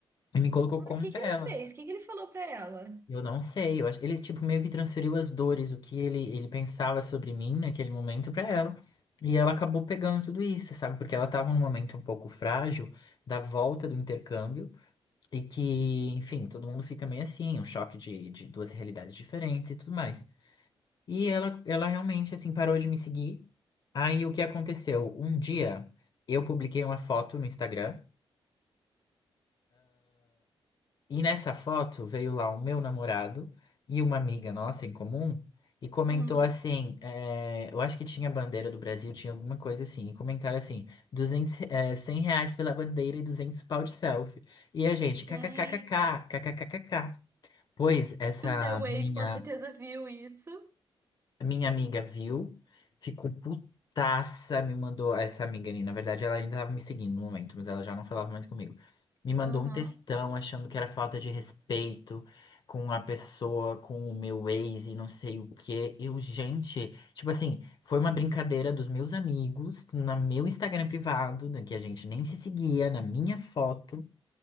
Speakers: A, on the left (about 45°); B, on the right (about 25°).
A: e me colocou
B: Mas
A: contra
B: o que que ele
A: ela.
B: fez? O que que ele falou pra ela?
A: Eu não sei, eu acho, ele tipo meio que transferiu as dores, o que ele, ele pensava sobre mim naquele momento pra ela. E ela acabou pegando tudo isso, sabe? Porque ela tava num momento um pouco frágil da volta do intercâmbio e que, enfim, todo mundo fica meio assim, um choque de, de duas realidades diferentes e tudo mais. E ela, ela realmente assim parou de me seguir. Aí o que aconteceu? Um dia eu publiquei uma foto no Instagram E nessa foto veio lá o meu namorado e uma amiga nossa em comum e comentou
B: Hum.
A: assim, é, eu acho que tinha bandeira do Brasil, tinha alguma coisa assim, e comentaram assim, 200 é, 100 reais pela bandeira e 200 pau de selfie. E a gente,
B: Gente,
A: kkkkk, kkkkk. Pois essa
B: o seu
A: minha
B: ex com certeza viu isso.
A: minha amiga viu, ficou putaça, me mandou. Essa amiga ali, na verdade, ela ainda estava me seguindo no momento, mas ela já não falava mais comigo. Me mandou
B: Aham.
A: um textão achando que era falta de respeito com a pessoa, com o meu ex e não sei o quê. Eu, gente, tipo assim, foi uma brincadeira dos meus amigos, no meu Instagram privado, né, que a gente nem se seguia, na minha foto.